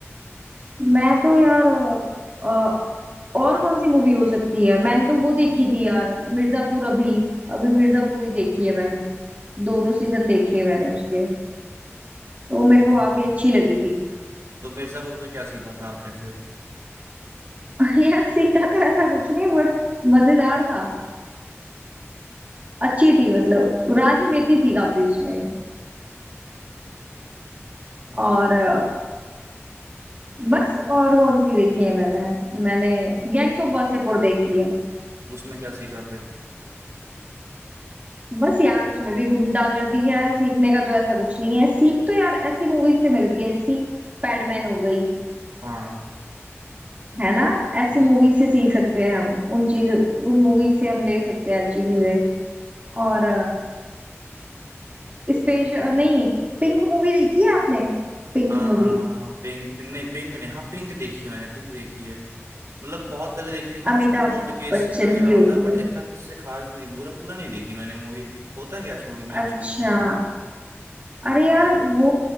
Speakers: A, on the right; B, on the right.
A: मैं तो यार अ, और कौन सी मूवी हो सकती है मैंने तो वो देखी थी यार मिर्जापुर अभी अभी मिर्जापुर ही देखी है मैंने दोनों सीजन देख लिए मैंने उसके तो वो मेरे
B: हम्म
A: को काफी अच्छी लगी थी
B: तो मिर्जापुर में क्या सीखा था आपने फिर
A: <laughs> यार सीखा तो ऐसा कुछ नहीं बट मजेदार था अच्छी थी मतलब राजनीति थी काफी उसमें
B: हम्म,
A: और अ, बस और कौन सी देखी है मैंने मैंने गैंग्स ऑफ वासेपुर देखी है
B: उसमें क्या सीखा फिर
A: बस यार उसमें भी गुंडागर्दी है सीखने का तो ऐसा कुछ नहीं है सीख तो यार ऐसी मूवीज से मिलती है जैसी पैडमैन हो गई
B: हाँ
A: है ना ऐसी
B: हम्म
A: मूवीज से सीख सकते हैं हम उन चीज उन मूवीज से हम ले सकते हैं अच्छी चीजें और स्पेस नहीं पिंक मूवी देखी है आपने पिंक
B: हाँ
A: मूवी
B: पिंक पिंक नहीं पिंक नहीं हाँ पिंक देखी है मैंने पिंक देखी है मतलब बहुत पहले देखी थी थोड़ा
A: अमिताभ
B: उसमें कोर्ट केस
A: बच्चन
B: वगैरह
A: की
B: होता
A: होती
B: है बट
A: है
B: इतना कुछ से खास नहीं पूरा पूरा नहीं देखी मैंने मूवी होता क्या है उस मूवी में एक्चुअली
A: अच्छा
B: में
A: अरे यार वो